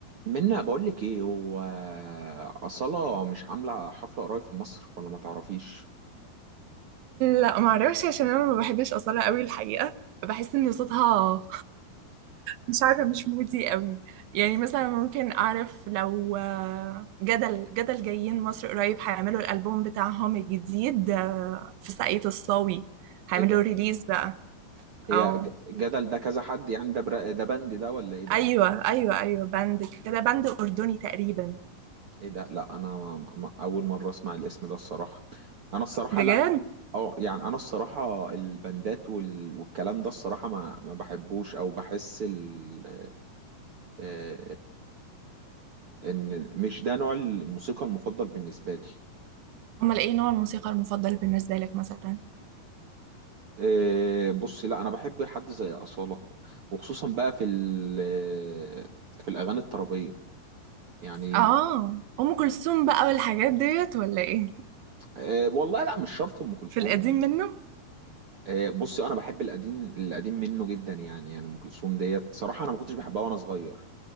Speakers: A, on the right; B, on the right.
A: منا بقول لك ايه هو أصالة مش عاملة حفلة قريب في مصر ولا ما تعرفيش
B: لا ما اعرفش عشان انا ما بحبش اصاله قوي الحقيقه بحس ان صوتها مش عارفه مش مودي قوي يعني مثلا ممكن اعرف لو آه، جدل جدل جايين مصر قريب هيعملوا الالبوم بتاعهم الجديد آه، في ساقية الصاوي هيعملوا
A: ايه ده
B: ريليز بقى
A: هي
B: او
A: ج- جدل ده كذا حد يعني ده بر... ده بند ده ولا ايه ده
B: ايوه ايوه ايوه باند كده باند اردني تقريبا
A: ايه ده لا انا ما... ما... اول مرة اسمع الاسم ده الصراحة انا الصراحة
B: بجد
A: لا اه يعني انا الصراحة البندات وال... والكلام ده الصراحة ما ما بحبوش او بحس ال... آه، ان مش ده نوع الموسيقى المفضل بالنسبة لي
B: امال ايه نوع الموسيقى المفضل بالنسبه لك مثلا
A: إيه، بصي لا انا بحب حد زي اصاله وخصوصا بقى في ال- آه، في الاغاني الطربيه يعني
B: اه ام كلثوم بقى والحاجات ديت ولا ايه
A: إيه، والله لا مش شرط ام كلثوم
B: في القديم منه
A: إيه، بصي انا بحب القديم القديم منه جدا يعني يعني ام كلثوم ديت صراحه انا ما كنتش بحبها وانا صغير